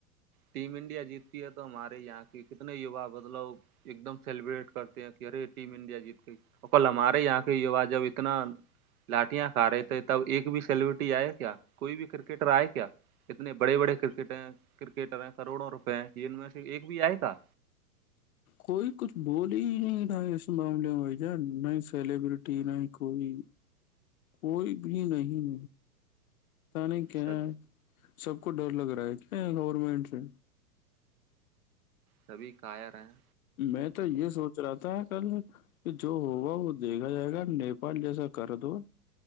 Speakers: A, on the right; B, on the left.
A: ٹیم انڈیا جیتتی ہے تو ہمارے یہاں کہ کتنے یوا مطلب ایک دم سیلیبریٹ کرتے ہیں کہ ہر ٹیم انڈیا جیت کے کل ہمارے یہاں کے یوا جب اتنا لاٹیاں کھا رہے تھے تب ایک بھی سیلبرٹی آئے کیا کوئی بھی کرکٹر آئے کیا اتنے بڑے بڑے کرکٹر کرکٹر ہیں کروڑوں روپئے ہیں یہ ان میں سے ایک بھی آئے گا
B: کوئی کچھ بولی ہی نہیں نہ اس معاملے میں ج نہیں ہی سیلیبرٹی نہیں کوئی کوئی بھی نہیں نہیں کیا
A: سب
B: سب کو ڈر لگ رہا ہے کیا گورنمنٹ سے
A: سبھی کاائر ہیں
B: میں تو یہ سوچ رہا تھا کل کہ جو ہوگا وہ دیکھا جائے گا نیپال جیسا کر دو